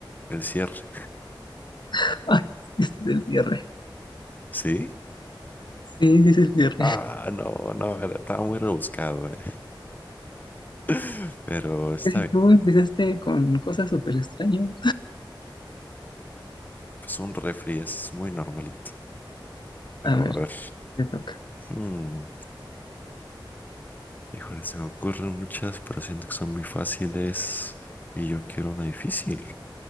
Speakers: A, on the left; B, on the left.
A: El cierre.
B: <laughs> Ay, este es el cierre.
A: ¿Sí?
B: Sí, este es el cierre.
A: Ah, no, no, era- estaba muy rebuscado, eh, <laughs> Pero está
B: Casi
A: bien.
B: tú empezaste con cosas súper extrañas.
A: Es un refri, es muy normalito. Pero
B: A ver,
A: a ver.
B: te toca.
A: mm, Híjole, se me ocurren muchas, pero siento que son muy fáciles. Y yo quiero una difícil.